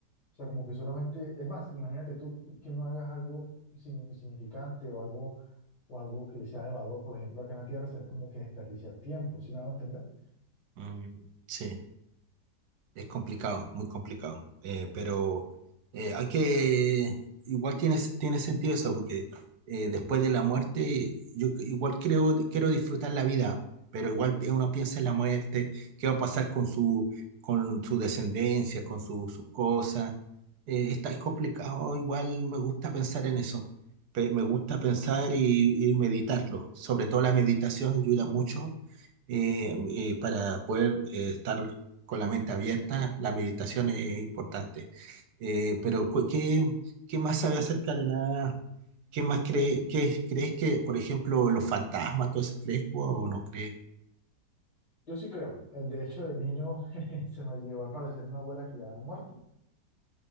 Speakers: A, on the left; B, on the right.
A: sea, como que solamente, es más, imagínate tú que no hagas algo sin- significante o algo, o algo que sea de valor, por ejemplo, acá en la Tierra, sería como que desperdiciar tiempo, ¿sí me a entender?
B: Mm, sí. Es complicado, muy complicado. Eh, pero eh, hay que, igual tiene, tiene sentido eso, porque eh, después de la muerte, yo igual creo, quiero disfrutar la vida, pero igual pi- uno piensa en la muerte, qué va a pasar con su, con su descendencia, con su- sus cosas. Eh, está, es complicado, igual me gusta pensar en eso. Pe- Me gusta pensar y, y meditarlo. Sobre todo la meditación ayuda mucho eh, eh, para poder eh, estar con la mente abierta, la meditación es importante. Eh, pero, cu- ¿qué, qué más sabe acerca de la... ¿Qué más cree, qué, crees que, por ejemplo, los fantasmas, todo eso, crees tú o no crees?
A: Yo sí creo. Eh, De hecho, de niño <laughs> se me llevó al parecer una abuela que ya había muerto.